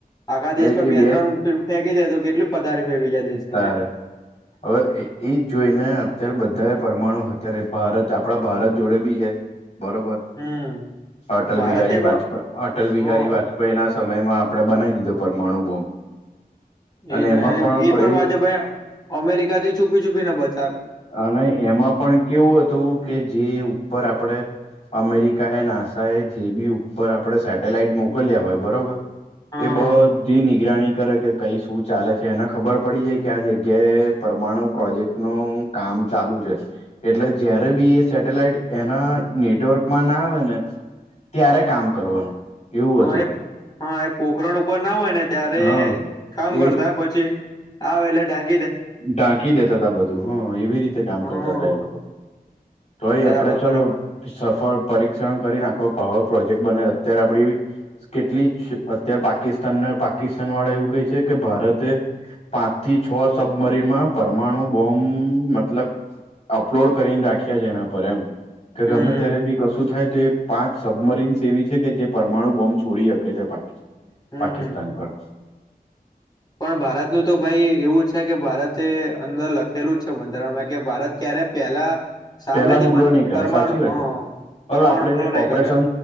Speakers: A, on the left; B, on the left.
A: આખા દેશમાં
B: એ એ
A: બે ત્રણ ફેંકી દેય તો કેટલી પથારી ફરી જાય દેશની
B: ત્યારે
A: યાર
B: હવે એ જ જોઈને અત્યારે બધા પરમાણુ અત્યારે ભારત આપણા ભારત જોડે બી છે બરોબર
A: હમ
B: અટલ
A: ભારતે
B: બિહારી
A: પણ
B: વાજપેય અટલ બિહારી
A: હ
B: વાજપેયી ના સમયમાં આપડણે બનાવી દીધો પરમાણુ બોમ્બ અને
A: એજ
B: એમાં
A: એ
B: બ
A: પણ ભાજપ અમેરિકા થી છુપી છુપી ના બધ
B: અને એમાં પણ કેવું હતું કે જે ઉપર આપડે અમેરિકા એ નાસા એ જે બી ઉપર આપણે સેટેલાઈટ મોકલ્યા હોય બરોબર
A: હા
B: એ બ નિગરાની કરે કે કઈ શું ચાલે છે એને ખબર પડી જાય કે આ જગ્યાએ પરમાણુ પ્રોજેક્ટ ન કામ ચાલુ છે. એટલે જયારે બી એ સેટેલાઈટ એના નેટવર્કમાં ના આવે ને ત્યારે કામ કરવાનું એવું
A: હા
B: હતું
A: એ હા એ પોખરણ ઉપર ના હોય ને ત્યારે
B: હા
A: કામ કરતા
B: એ
A: પછી આ વહેલા ા
B: ઢાંકી દેતા તા બધું હા એવી રીતે કામ
A: હમ
B: કરતા હતા એ લોકો તોય
A: બરાબર
B: આપડે ચાલો
A: બરાબર
B: સફળ પરીક્ષણ કરીને આખો પાવર પ્રોજેક્ટ બને અત્યારે આપડી કેટલી અત્યારે પાકિસ્તાનના પાકિસ્તાન વાળા એવું કહે છે કે ભારતે પાંચ થી છ સબમરીનમાં પરમાણુ બોમ્બ મતલબ અપલોડ કરીને રાખ્યા છે એના પર એમ કે
A: હમ
B: ગમે
A: હમ
B: ત્યારે બી કશું થાય તો એ પાંચ સબમરીન્સ એવી છે કે જે પરમાણુ બોમ્બ છોડી શકે છે પાકિસ્તાન
A: હમ
B: પાકિસ્તાન
A: હમ
B: પર
A: પણ ભારતનું તો ભાઈ એવું છે કે ભારતે અંદર લખેલું જ છે બંધારણમાં કે ભારત ક્યારે પહેલા સામેથી
B: પેલા હુમલો
A: બંધ
B: નહી કરે
A: પરમાણુ
B: સાચી વા
A: હ
B: છે
A: પરમાણુ
B: હવે આપણે
A: હુમલો નહી
B: ઓપરેશન
A: કરે